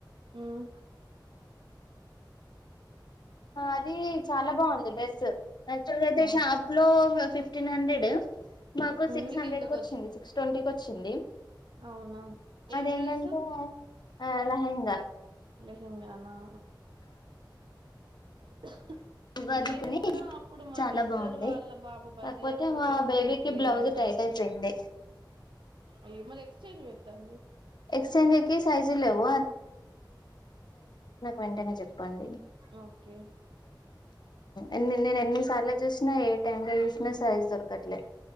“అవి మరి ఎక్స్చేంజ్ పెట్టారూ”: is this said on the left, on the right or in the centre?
Right